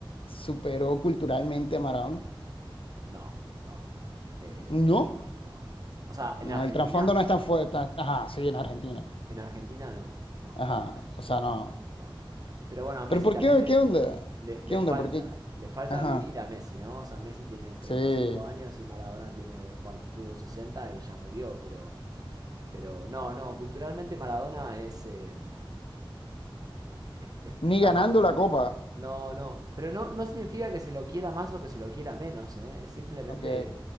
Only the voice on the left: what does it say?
superó culturalmente a Maradona?
No.
No,
el trasfondo no es tan fuerte. Ajá, sí, en Argentina.
Ajá,
o sea,
no.
Pero ¿por
qué?
¿Qué onda?
¿Qué onda?
¿Por qué?
Ajá,
sí.
Ni ganando
la copa.
Ok.